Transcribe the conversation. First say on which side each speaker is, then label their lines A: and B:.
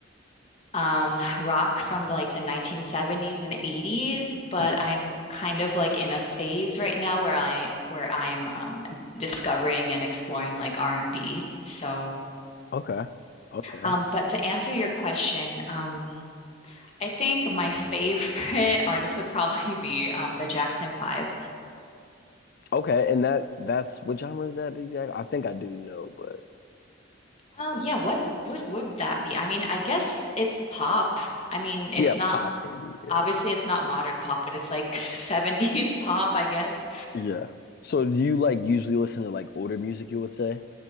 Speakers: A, on the left; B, on the left.
A: um, rock from like the 1970s and 80s, but
B: Yeah.
A: I'm kind of like in a phase right now where I, where I'm, um, discovering and exploring like R&B. So,
B: Okay. Okay.
A: um, but to answer your question, um, I think my favorite <laughs> artist would probably be um, the Jackson Five.
B: Okay. And that that's what genre is that exactly? I think I do know, but
A: Oh yeah, what what would that be? I mean, I guess it's pop. I mean, it's
B: Yeah,
A: not
B: pop maybe. Yeah.
A: obviously it's not modern pop, but it's like <laughs> 70s pop, I guess.
B: Yeah. So do you like usually listen to like older music, you would say?